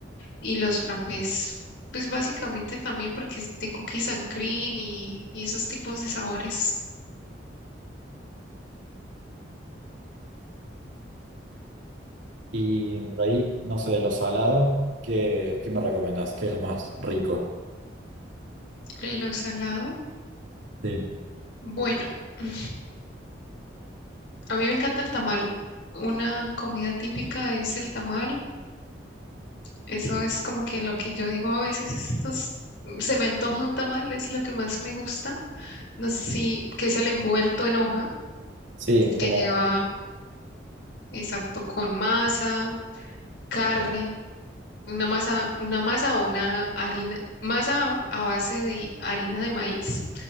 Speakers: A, on the left (about 70°); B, on the right (about 80°).
A: y los frappés, pues básicamente también porque es de cookies and cream y, y esos tipos de sabores.
B: Y por ahí, no sé, de lo salado, ¿qué, qué me recomendás? ¿Qué es lo más rico?
A: Lo salado,
B: Sí.
A: bueno, <laughs> a mí me encanta el tamal. Una comida típica es el tamal. Eso es como que lo que yo digo a veces, estos, se me antoja un tamal, es lo que más me gusta. no sé si, que es el envuelto en hoja,
B: Sí, como...
A: que lleva, exacto, con masa, carne, una masa, una masa o una harina, masa a base de harina de maíz,